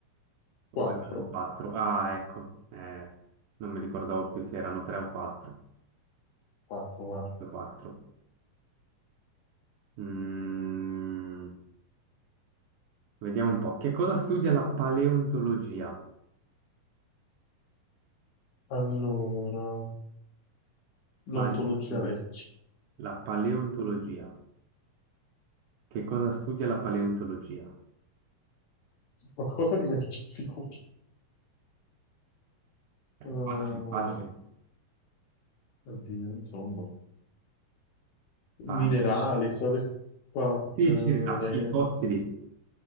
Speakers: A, on the right; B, on the left.
A: o
B: Quattro.
A: erano quattro. Ah, ecco, eh, non mi ricordavo più se erano tre o quattro.
B: Quattro, guarda.
A: Quattro, quattro. Mm, vediamo un po'. Che cosa studia la paleontologia?
B: Allora, l'ontologia
A: Paleontolo-
B: vecchia.
A: la paleontologia. Che cosa studia la paleontologia?
B: Qualcosa di vecchio, <laughs> sicuro.
A: È
B: Oh,
A: Facile, facile.
B: oddio, insomma. Minerali,
A: Pale-
B: queste cose qua.
A: Sì,
B: Eh,
A: circa
B: re-
A: i fossili.
B: re-